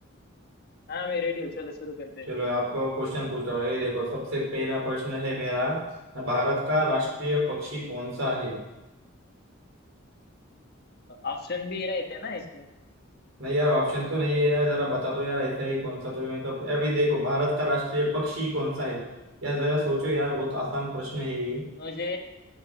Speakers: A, on the left (about 50°); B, on the right (about 85°).
A: हाँ मैं रेडी हूँ चलो शुरू करते हैं
B: चलो आपको क्वेश्चन पूछता हूँ ये देखो सबसे पहला प्रश्न है मेरा भारत का राष्ट्रीय पक्षी कौन सा है
A: ऑप्शन भी रहते हैं ना इसमें
B: नहीं यार ऑप्शन तो नहीं है यार जरा बता दो यार ऐसा ही कौन सा तो ये मतलब अभी देखो भारत का राष्ट्रीय पक्षी कौन सा है यार जरा सोचो यार बहुत आसान प्रश्न है ये
A: मुझे